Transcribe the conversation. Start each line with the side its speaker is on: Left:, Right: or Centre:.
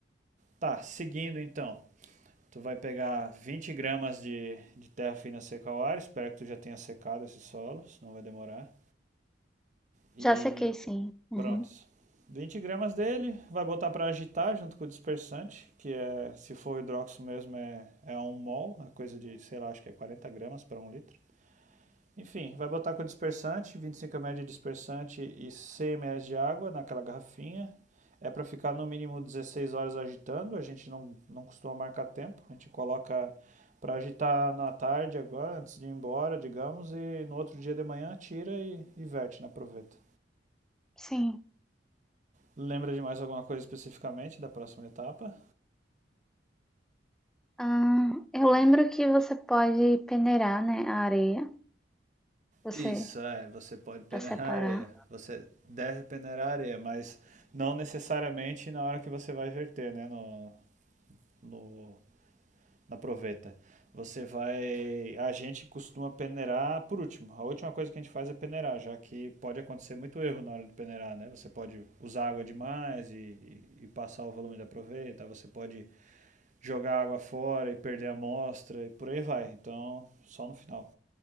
Right: Tá, seguindo então. Tu vai pegar 20 gramas de, de terra fina seca ao ar, espero que tu já tenha secado esse solo, senão vai demorar. E
Centre: já sequei, sim. Uhum,
Right: pronto. 20 gramas dele, vai botar para agitar junto com o dispersante, que é, se for o hidróxido mesmo, é, é um mol, é coisa de, sei lá, acho que é 40 gramas para um litro. Enfim, vai botar com o dispersante, 25 ml de dispersante e 100 ml de água naquela garrafinha. É para ficar no mínimo 16 horas agitando, a gente não, não costuma marcar tempo, a gente coloca para agitar na tarde agora, antes de ir embora, digamos, e no outro dia de manhã tira e, e verte na proveta.
Centre: Sim.
Right: Lembra de mais alguma coisa especificamente da próxima etapa?
Centre: Ah, eu lembro que você pode peneirar, né, a areia, você
Right: Isso, é, você pode peneirar
Centre: para separar.
Right: areia. Você deve peneirar areia, mas Não necessariamente na hora que você vai verter, né? No, no na proveta. Você vai. A gente costuma peneirar por último. A última coisa que a gente faz é peneirar, já que pode acontecer muito erro na hora de peneirar, né? Você pode usar água demais e, e- e passar o volume da proveta, você pode jogar água fora e perder a amostra e por aí vai. Então, só no final.